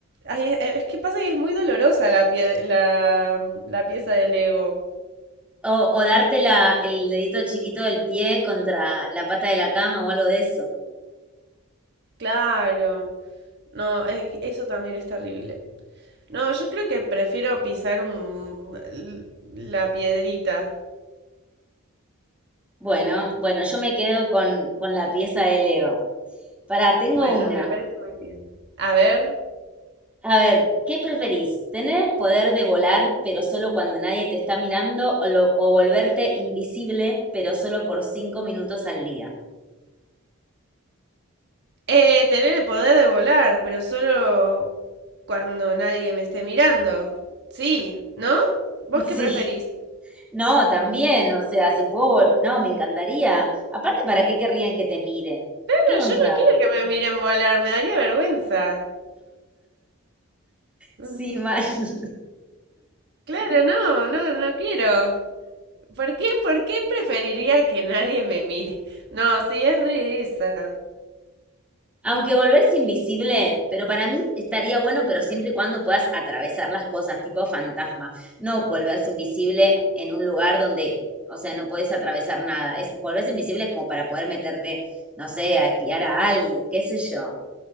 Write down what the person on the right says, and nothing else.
Ay, es, es que pasa que es muy dolorosa la, pie- la, la pieza de Lego.
Claro, no, eh, eso también es terrible. No, yo creo que prefiero pisar un, l- la piedrita.
Bueno,
me parece muy bien. A ver,
eh, tener el poder de volar, pero solo cuando nadie me esté mirando. Sí, ¿no? ¿Vos
qué
preferís?
Claro,
yo no quiero que me miren volar, me daría vergüenza. Mm,
Claro, no, no, no quiero. ¿Por qué, por qué preferiría que nadie me mire? No, sí, es re esa.